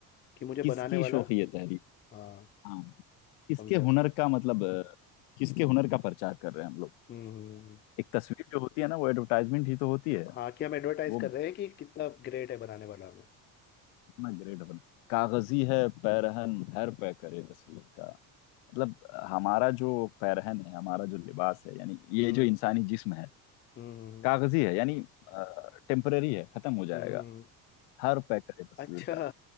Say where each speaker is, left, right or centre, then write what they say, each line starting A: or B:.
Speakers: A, on the left; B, on the left.
A: कि मुझे
B: किसकी
A: बनाने वाला
B: शोख ये तहरीर
A: हाँ
B: हाँ किसके
A: समझा
B: हुनर का मतलब अ, किसके हुनर का प्रचार कर रहे हैं हम लोग
A: हम्म
B: एक तस्वीर जो होती है ना वो एडवर्टाइजमेंट ही तो होती है
A: हाँ कि हम एडवर्टाइज
B: वो
A: कर रहे हैं कि कितना ग्रेट है बनाने वाला हमें
B: इतना ग्रेट अपन कागजी है पैरहन हर पे करे तस्वीर का मतलब हमारा जो पैरहन है हमारा जो लिबास है यानी ये
A: हम्म
B: जो इंसानी जिस्म है
A: हम्म
B: कागजी है यानी टेम्पररी है खत्म हो जाएगा
A: हम्म
B: हर पे करे तस्वीर
A: अच्छा
B: का